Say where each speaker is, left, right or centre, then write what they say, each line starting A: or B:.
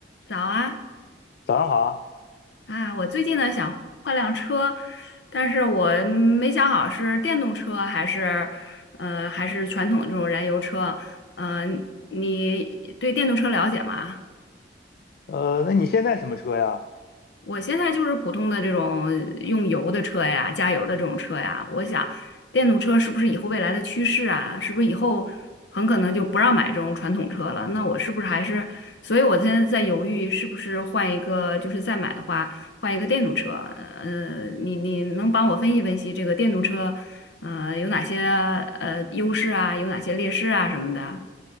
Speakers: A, on the left; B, on the left.
A: 早啊，
B: 早上好啊
A: 啊，我最近呢想换辆车，但是我没想好是电动车还是，呃，还是传统这种燃油车。呃，你对电动车了解吗？
B: 呃，那你现在什么车呀？
A: 我现在就是普通的这种用油的车呀，加油的这种车呀。我想，电动车是不是以后未来的趋势啊？是不是以后很可能就不让买这种传统车了？那我是不是还是……所以我现在在犹豫，是不是换一个，就是再买的话，换一个电动车。呃，你你能帮我分析分析这个电动车，呃，有哪些呃优势啊，有哪些劣势啊什么的？